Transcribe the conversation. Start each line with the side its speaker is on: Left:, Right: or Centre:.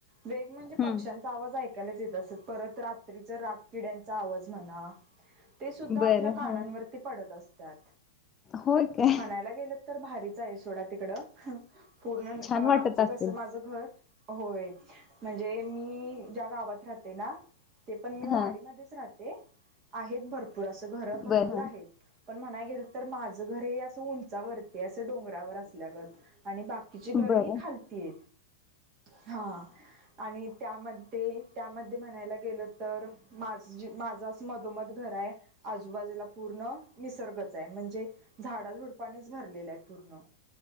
Right: वेग म्हणजे पक्ष्यांचा
Left: हम्म
Right: आवाज ऐकायलाच येत असत परत रात्रीचा रात किड्यांचा आवाज म्हणा ते सुद्धा
Left: बरं
Right: आपल्या कानांवरती
Left: हा
Right: पडत असतात.
Left: होय. काय
Right: म्हणायला गेलं तर भारीच आहे सोडा तिकडं. पूर्ण
Left: छान
Right: आमचं
Left: वाटत
Right: कसं
Left: असेल
Right: माझं घर होय म्हणजे मी ज्या गावात राहते ना ते पण मी वाडीमध्येच
Left: हा
Right: राहते. आहेत भरपूर अस घर भरपूर
Left: बरं हा
Right: आहेत पण म्हणाय गेलं तर माझ माझ घर असं उंचावरती असं डोंगरावर असल्यागत आणि बाकी तिची घर
Left: बरं
Right: ही खालतीय हा.. आणि त्यामध्ये, त्यामध्ये म्हणायला गेलो तर माझ, माझाच मधोमध घर आहे. आजूबाजूला पूर्ण निसर्गच आहे म्हणजे झाडाझुडपाणीच भरलेलं आहे पूर्ण.